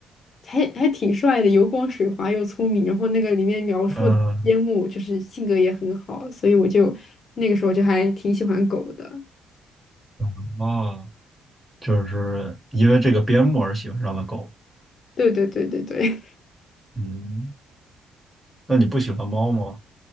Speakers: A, on the left (about 50°); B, in the centre.
A: 还还挺帅的，油光水滑又聪明。然后那个里面描述的边牧就是性格也很好，
B: 嗯，
A: 所以我就那个时候就还挺喜欢狗的。
B: 嗯哦，就是因为这个边牧而喜欢上的狗。
A: 对对对对对。
B: 嗯，那你不喜欢猫吗？